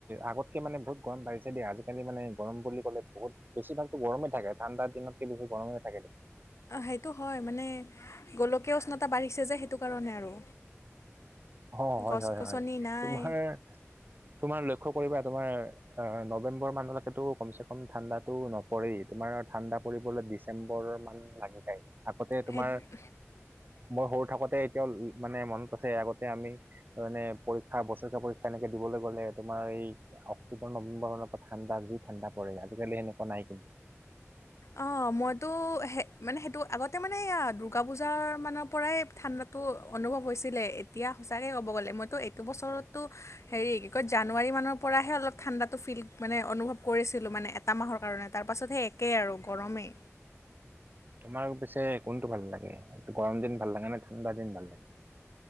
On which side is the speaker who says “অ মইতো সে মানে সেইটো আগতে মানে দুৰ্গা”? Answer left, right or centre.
Left